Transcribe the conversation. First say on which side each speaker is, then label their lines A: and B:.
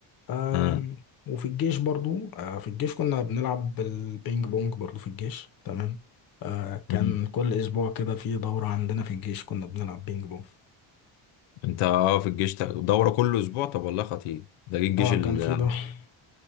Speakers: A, on the left; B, on the left.
A: آم،
B: آه.
A: وفي الجيش برضو آه، في الجيش كنا بنلعب بالبينج بونج برضو في الجيش تمام آه، كان
B: مم.
A: كل اسبوع كده في دورة عندنا في الجيش كنا بنلعب بينج بونج
B: انت اه في الجيش تا- دورة كل اسبوع طب والله خطير ده جه الجيش
A: اه
B: ال
A: كان في ده <laughs>